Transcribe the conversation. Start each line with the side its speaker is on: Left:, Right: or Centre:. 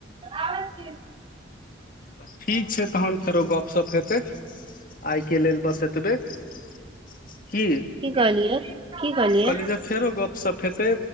Right: आबै छी
Left: त ठीक छै तहन फेरो गपसप हेतै आइ के लेल बस एत तबे की
Right: की कहलियै की कहलियै
Left: कहलिजे फेरो गपशप हेतै।